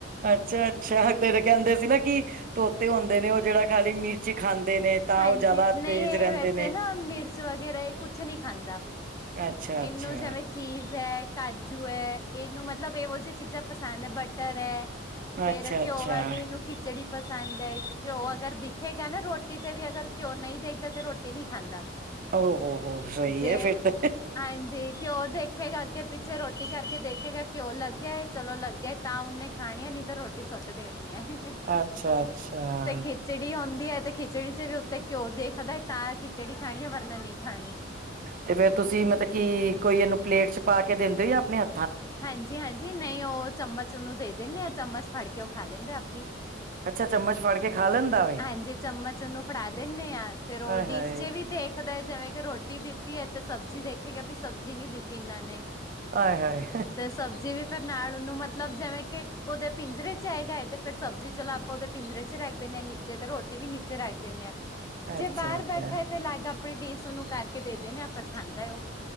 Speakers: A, on the right; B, on the left.
A: ਅੱਛਾ- ਅੱਛਾ ਤੇਰੇ ਕੈਦੇ ਸੀ ਨਾ, ਕਿ ਤੋਤੇ ਹੁੰਦੇ ਨੇ ਉ, ਜੇੜਾ ਖਾਲੀ ਮਿਰਚ ਖਾਂਦੇ ਨੇ। ਤਾਂ
B: ਹਾਂਜੀ,
A: ਉਹ ਜ਼ਿਆਦਾ
B: ਨਈ
A: ਤੇਜ਼
B: ਏ
A: ਰਹਿੰਦੇ
B: ਵੈਸੇ
A: ਨੇ
B: ਨਾ ਮਿਰਚ ਵਗੈਰਾ, ਏ ਕੁਛ ਨਈ ਖਾਂਦਾ।
A: ਅੱਛਾ-
B: ਇਹਨੂੰ
A: ਅੱਛਾ
B: ਜਿਵੇਂ ਚੀਜ਼ ਐ, ਕਾਜੂ ਐ, ਏਨੂੰ ਮਤਲਬ ਏ ਜਿਹੀ ਚੀਜ਼ਾਂ ਪਸੰਦ ਐ, ਬਟਰ ਐ। ਫੇਰ
A: ਅੱਛਾ ਅੱਛਾ
B: ਘਿਓ ਵਾਲੀ ਇਹਨੂੰ ਖਿਚੜੀ ਪਸੰਦ ਏ, ਘਿਓ ਅਗਰ ਦਿਖੇਗਾ ਨਾਂ ਰੋ ਰੋਟੀ ਤੇ ਵੀ ਅਗਰ ਘਿਉ ਨਹੀਂ ਦੇਖਦਾ, ਤੇ ਰ੍ਹੋਟੀ ਨਹੀਂ ਖਾਂਦਾ।
A: ਓਹੋ, ਹੋ ਸਹੀ
B: ਜੇ
A: ਏ, ਫਿਰ ਤੇ
B: ਹਾਂਜੀ ਘਿਓ ਦੇਖੇਗਾ, ਅੱਗੇ-ਪਿੱਛੇ ਰ੍ਹੋਟੀ ਕਰਕੇ ਦੇਖੇਗਾ ਘਿਓ ਲੱਗਿਆ ਏ, ਚਲੋ ਲੱਗਿਆਏ, ਤਾਂ ਉਹਨੇ, ਖਾਣੀ ਹੈ ਨਹੀਂ ਤਾਂ ਰ੍ਹੋ ਸੁੱਟ ਦੇਣੀ ਏ,
A: ਅੱਛਾ ਅੱਛਾ
B: ਤੇ ਖਿਚੜੀ ਹੋੱਦੀ ਏ, ਤੇ ਖਿਚੜੀ'ਚ ਵੀ ਉੱਤੇ ਘਿਉ ਦੇਖਦਾ ਏ, ਤਾਂ ਖਿਚੜੀ ਖਾਣੀ ਏ, ਵਰਨਾ ਨਹੀਂ ਖਾਣੀ।
A: ਤੇ ਫੇਰ ਤੁਸੀਂ ਮਤਲਬ ਕੀ ਕੋਈ, ਇਹਨੂੰ ਪਲੇਟ'ਚ ਪਾਕੇ ਦਿੰਦੇ ਓ, ਯਾ ਆਪਣੇ ਹੱ
B: ਹਾਂਜੀ-ਹਾਂਜੀ, ਨਹੀਂ, ਉਹ ਚਮਚ ਉਹਨੂੰ ਦੇ ਦਿੰਨੇ ਆ, ਚੱਮਚ ਫੜਕੇ, ਉਹ ਖਾ ਲੈਂਦੇ ਆਪੇ ਈ।
A: ਅੱਛਾ ਚਮਚ ਫੜ ਕੇ ਖਾ ਲੈਂਦਾ ਵੇ
B: ਹਾਂਜੀ, ਚੱਮਚ ਉਹਨੂੰ ਫੜਾ ਦਿੰਨੇ ਆ ਫੇਰ, ਉਹ
A: ਆਏ ਹਾਏ
B: ਡਿਸ'ਚ ਵੀ ਦੇਖ ਦਾ ਜਿਵੇਂ ਕਿ ਰੋਟੀ ਦਿੱਤੀ ਐ, ਤੇ ਸਬਜ਼ੀ ਦੇਖੇਗਾ ਵੀ ਸਬਜ਼ੀ ਨੀ ਦਿੱਤੀ ਇੰਨਾਂ ਨੇ।
A: ਆਏ-ਹਾਏ।
B: ਤੇ ਸਬਜ਼ੀ ਵੀ ਫਿਰ ਨਾਲ ਉਹਨੂੰ ਮਤਲਬ ਜਿਵੇਂ ਕਿ ਉਹਦੇ ਪਿੰਜਰੇ'ਚ ਹੈ ਗਾਏ, ਤੇ ਫੇਰ ਸਬਜ਼ੀ ਚਲੋ ਆਪਾਂ ਉਹਦੇ ਪਿੰਜਰੇ'ਚ ਰੱਖ ਦਿੰਨੇ ਆ ਨਿੱ ਜੇ ਤੇ ਰ੍ਹੋਟੀ ਵੀ ਨੀਚੇ ਰੱਖ ਦਿੰਨੇ ਆ। ਜੇ
A: ਅੱਛਾ
B: ਬਾਹਰ
A: ਅੱਛਾ
B: ਬੈਠਾ ਏ ਤੇ, ਅਲੱਗ ਆਪਣੀ ਡੀਸ਼ ਉਹਨੂੰ ਕਰਕੇ ਦੇ ਦੇਨੇ ਆ, ਫਿਰ ਖਾਂਦਾ ਏ ਓ।